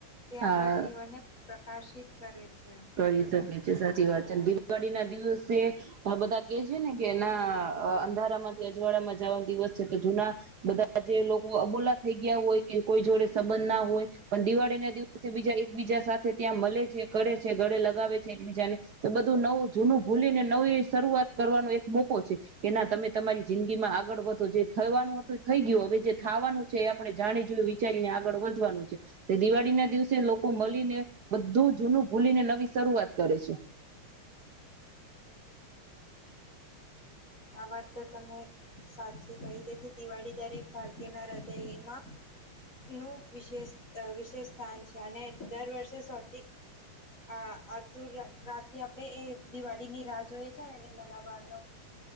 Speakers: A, on the left; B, on the right.
A: તે આપણા
B: હા
A: જીવનને પ્રકાશિત કરે. છે.
B: કરી શકે. છે સાચી વાત છે ને દિવાળી ના દિવસે અહ બધા કે છે ને કે એના અહ અંધારામાંથી અજવાડાામાં જવા દિવસ છે તો જુના બધા જે લોકો અબોલા થઈ ગયા હોય કે કોઈ જોડે સંબંધ ના હોય પણ દિવાળી ના દિવસે બીજા એક બીજા સાથે ત્યાં મલે છે કરે છે, ગળે લગાવે છે એકબીજાને. તો બધું નવું જૂનું ભૂલીને નવી શરૂઆત કરવાનો એક મોકો છે. તેના તમે તમારી જિંદગીમાં આગળ વધો જે થવાનું હત તો થઈ ગયું હવે જે થાવાનું છે એ આપણે જાણી જોય વિચારી ને આગળ વધવાનું છે. તે દિવાળી ના દિવસ સે લોકો મલીને બધું જૂનું નવી શરૂઆત કરે છે.
A: આ વાત તો તમે સાચી કહી. તેથી દિવાળી દરેક ભારતીય ના હૃદયમાં નું વિશેષ વિશેષ સ્થાન છે. અને દર વર્ષે સૌથી આ-આતુર રાખીએ આપણે એ દિવાળી ની રાહ જોઈએ છેને, એને મનાવાનો